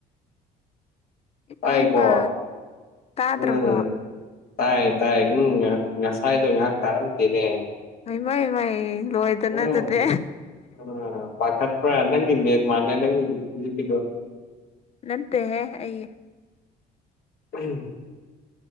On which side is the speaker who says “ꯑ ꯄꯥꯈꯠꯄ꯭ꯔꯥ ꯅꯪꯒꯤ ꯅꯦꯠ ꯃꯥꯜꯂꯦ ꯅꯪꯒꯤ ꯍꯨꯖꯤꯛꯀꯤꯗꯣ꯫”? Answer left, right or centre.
Left